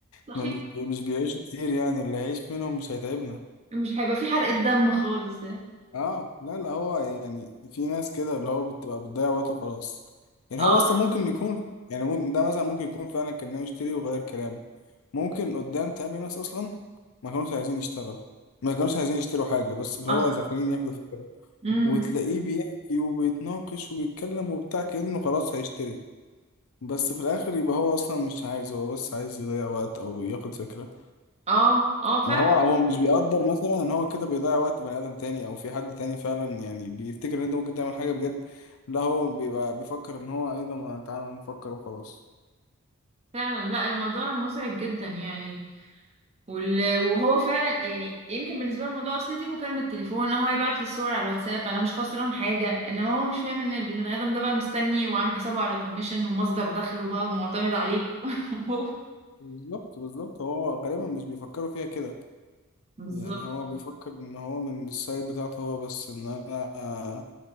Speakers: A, on the right (about 30°); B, on the left (about 75°).
A: صحيح
B: ما مش مش بيعيشوا كتير يعني اللي هيعيش منهم مش هيتعبنا
A: مش هيبقى في حرقة دم خالص يعني
B: اه لا لا هو يعني في ناس كده اللي هو بتبقى بتضيع وقته خلاص يعني
A: اه
B: هو اصلا ممكن يكون يعني ممكن ده مثلا ممكن يكون فعلا كان ناوي يشتري وغير كلامه ممكن قدام تقابل ناس اصلا ما كانوش عايزين يشتغلوا ما كانوش عايزين يشتروا حاجة بس اللي
A: اصلا
B: هو داخلين ياخدوا فكرة
A: امم
B: وتلاقيه بيحكي وبيتناقش وبيتكلم وبتاع كأنه خلاص هيشتري بس في الآخر يبقى هو أصلا مش عايز هو بس عايز يضيع وقت أو ياخد فكرة
A: اه اه فعلا
B: ما هو هو مش بيقدر مثلا ان هو كده بيضيع وقت بني ادم تاني او في حد تاني فعلا يعني بيفتكر ان انت ممكن تعمل حاجه بجد لا هو بيبقى بيفكر ان هو ايه ده ما تعالى نفكر وخلاص
A: فعلا لا الموضوع مزعج جدا يعني وال... وهو فعلا يعني يمكن بالنسبه للموضوع اصل دي مكالمه تليفون هو هيبعت لي الصور على الواتساب انا مش خسران حاجه انما هو مش فاهم ان البني ادم ده بقى مستني وعامل حسابه على كوميشن ومصدر دخله بقى ومعتمد عليك <laughs> وهو-
B: بالظبط بالظبط هو غالبا مش بيفكروا فيها كده
A: بالظبط
B: يعني هو بيفكر ان هو من السايد بتاعته هو بس ان انا